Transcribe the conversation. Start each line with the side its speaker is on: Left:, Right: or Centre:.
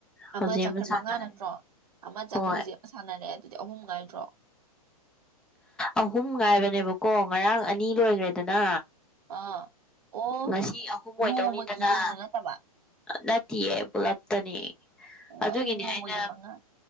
Centre: ꯍꯧꯖꯤꯛ
Right: ꯑꯃ ꯆꯥꯈ꯭ꯔ
Centre: ꯁꯥꯟꯅꯔꯦ
Right: ꯃꯉꯥ ꯅꯠꯇ꯭ꯔꯣ ꯑꯃ ꯆꯥꯈ꯭ꯔ
Centre: ꯍꯣꯏ
Right: ꯍꯧꯖꯤꯛ ꯑꯃ ꯁꯥꯟꯅꯔꯦ ꯑꯗꯨꯗꯤ ꯑꯍꯨꯝ ꯉꯥꯏꯗ꯭ꯔꯣ
Centre: ꯑꯍꯨꯝ ꯉꯥꯏꯕꯅꯦꯕꯀꯣ ꯉꯔꯥꯡ ꯑꯅꯤ ꯂꯣꯏꯈ꯭ꯔꯦꯗꯅ
Right: ꯑꯥ ꯑꯣ
Centre: ꯉꯁꯤ ꯑꯍꯨꯝ ꯑꯣꯏꯗꯧꯅꯤꯗꯅ
Right: ꯅꯣꯡꯃꯒꯤ ꯑꯣꯏꯅ ꯅꯠꯇꯕ
Centre: ꯅꯠꯇꯦꯌꯦ ꯄꯨꯂꯞꯇꯅꯤ
Right: ꯑꯣ
Centre: ꯑꯗꯨꯒꯤꯅꯤ
Right: ꯑꯩꯗꯤ ꯅꯣꯡꯃꯒꯤ
Centre: ꯑꯩꯅ
Right: ꯃꯉꯥ